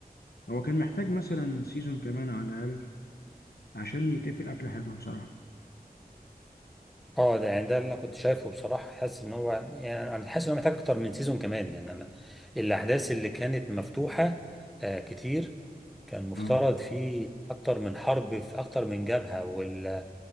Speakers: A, on the left; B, in the centre.
A: هو كان محتاج مثلا سيزون كمان على الأقل عشان يتقفل قفلة حلوة بصراحة
B: اه ده يعني ده اللي انا كنت شايفه بصراحه حاسس ان هو يعني انا حاسس ان هو محتاج اكتر من سيزون كمان يعني انا الاحداث اللي كانت مفتوحه آه كتير كان مفترض
A: اه
B: في اكتر من حرب في اكتر من جبهه وال...